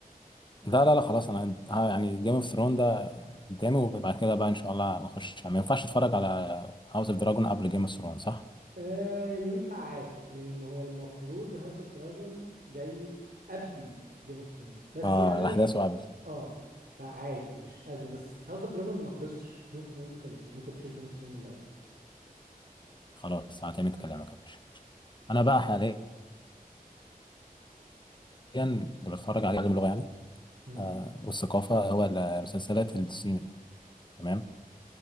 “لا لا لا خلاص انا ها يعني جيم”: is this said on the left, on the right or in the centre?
Left